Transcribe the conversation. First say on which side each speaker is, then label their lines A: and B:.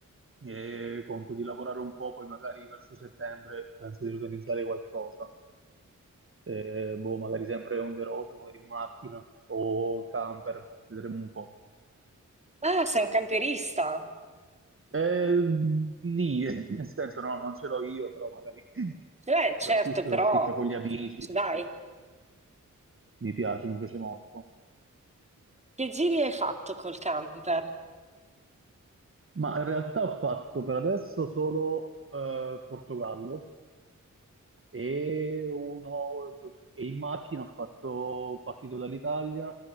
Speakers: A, on the right; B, on the right.
A: E conto di lavorare un po', poi magari verso settembre penso di organizzare qualcosa. eh, boh, magari sempre on the road, magari in macchina o camper, vedremo un po'.
B: Ah, sei un camperista?
A: Eh, nì, <laughs> nel senso no, non ce l'ho io, però magari
B: Beh, certo,
A: l'affitto,
B: però
A: l'affitto con gli amici,
B: ci
A: sì,
B: dai.
A: sì, mi piace, mi piace molto.
B: Che giri hai fatto col camper?
A: Ma in realtà ho fatto per adesso solo eh, Portogallo e, uno, e in macchina ho fatto partito dall'Italia